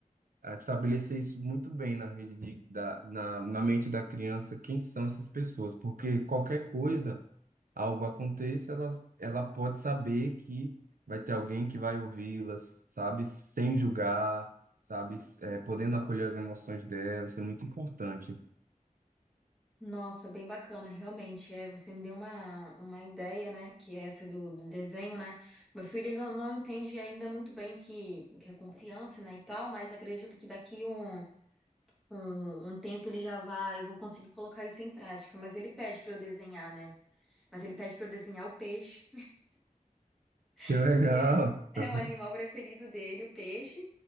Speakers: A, on the right; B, in the centre.
A: a estabelecer isso muito bem na rede de, da, na, na mente da criança, quem são essas pessoas, porque qualquer coisa, algo aconteça, ela, ela pode saber que vai ter alguém que vai ouvi-las, sabe, sem julgar, sabe, eh, podendo acolher as emoções dela, isso é muito importante.
B: Nossa, bem bacana, realmente. É, você me deu uma, uma ideia, né? Que é essa do, do desenho, né? Meu filho ele não, não entende ainda muito bem o que, o que é confiança, né? E tal, mas acredito que daqui um, um, um tempo ele já vai, eu vou conseguir colocar isso em prática. Mas ele pede para eu desenhar, né? Mas ele pede para eu desenhar o peixe, <laughs>
A: Que legal!
B: que é,
A: tá
B: é
A: vendo?
B: o animal preferido dele, o peixe.